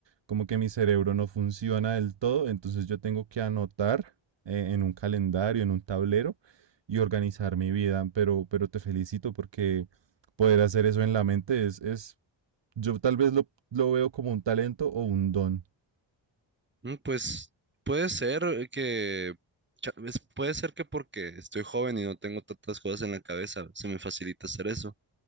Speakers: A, on the right; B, on the right.
A: como que mi cerebro no funciona del todo, entonces yo tengo que anotar eh, en un calendario, en un tablero y organizar mi vida, pero, pero te felicito porque poder hacer eso en la mente es, es yo tal vez lo, lo veo como un talento o un don,
B: Mm, Pues puede ser que, cha- es- puede ser que porque estoy joven y no tengo tantas cosas en la cabeza, se me facilita hacer eso.